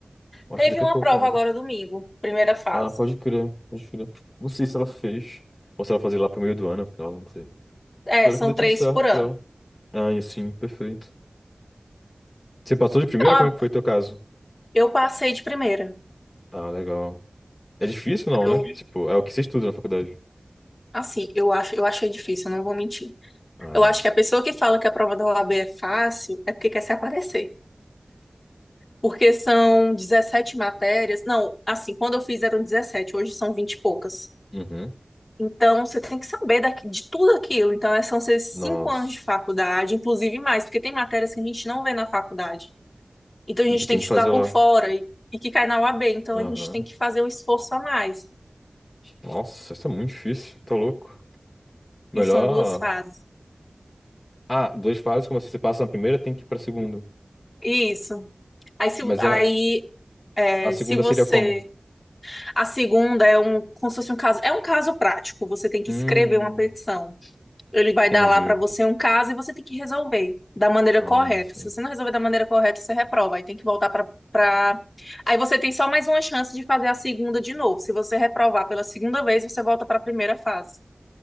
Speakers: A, on the left; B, on the left.
A: Eu
B: Teve
A: acho que daqui
B: uma
A: a pouco
B: prova
A: que abre.
B: agora domingo, primeira fase.
A: Ah, pode crer, pode crer. Não sei se ela fez. Ou se ela fazer lá pro meio do ano, afinal, não sei.
B: É,
A: Espero
B: são
A: que dê tudo
B: três
A: certo
B: por ano.
A: pra ela. Ah, e sim, perfeito. Você passou de primeira?
B: Eu, a-
A: Como é que foi teu caso?
B: eu passei de primeira.
A: Ah, legal. É difícil, não,
B: Eu,
A: né? Tipo, é o que você estuda na faculdade.
B: assim, eu acho, eu achei difícil, não vou mentir.
A: Ah,
B: Eu acho que a pessoa que fala que a prova da OAB é fácil é porque quer se aparecer. Porque são 17 matérias. Não, assim, quando eu fiz eram 17, hoje são 20 e poucas.
A: uhum.
B: Então, você tem que saber daqui- de tudo aquilo. Então, é- são seus
A: Nossa.
B: cinco anos de faculdade, inclusive mais, porque tem matérias que a gente não vê na faculdade. Então, a gente
A: E que tem
B: tem que
A: que
B: estudar
A: fazer
B: por
A: lá?
B: fora e, e que cai na UAB. Então,
A: Aham.
B: a gente tem que fazer um esforço a mais.
A: Nossa, isso é muito difícil, tá louco. Melhor.
B: E são duas fases.
A: Ah, duas fases, como assim? Você passa na primeira, tem que ir pra segunda.
B: Isso. Aí, se,
A: Mas
B: aí,
A: a,
B: é,
A: A segunda
B: se você.
A: seria como?
B: A segunda é um, como se fosse um caso. É um caso prático. Você tem que
A: Hum,
B: escrever uma petição. Ele vai
A: entendi.
B: dar lá para você um caso e você tem que resolver da maneira
A: Ah,
B: correta.
A: sim.
B: Se você não resolver da maneira correta, você reprova. Aí tem que voltar para pra... Aí você tem só mais uma chance de fazer a segunda de novo. Se você reprovar pela segunda vez, você volta para a primeira fase.